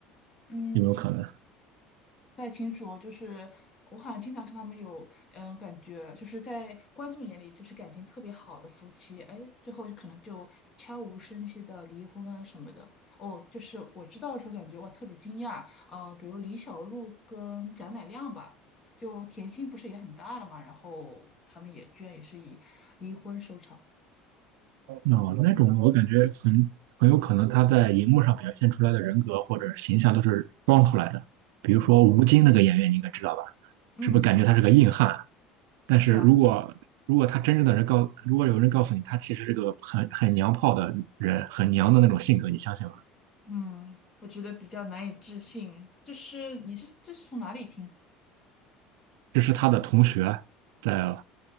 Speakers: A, on the left; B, on the right.
A: 嗯。
B: 有没有可能？
A: 不太清楚哦，就是我好像经常看他们有，嗯，感觉就是在观众眼里就是感情特别好的夫妻，哎，最后就可能就悄无声息的离婚啊什么的。哦，就是我知道的时候感觉哇特别惊讶，呃，比如李小璐跟贾乃亮吧，就甜心不是也很大了嘛，然后他们也居然也是以离婚收场。
B: 哦，那种我感觉很很有可能他在荧幕上表现出来的人格或者形象都是装出来的，比如说吴京那个演员，你应该知道吧？
A: 嗯，
B: 是不是感觉他是个硬汉？
A: 这
B: 但是如果如果他真正的人告，
A: 是啊，
B: 如果有人告诉你他其实是个很很娘炮的人，很娘的那种性格，你相信吗？
A: 嗯，我觉得比较难以置信，就是你是这是从哪里听？
B: 这是他的同学在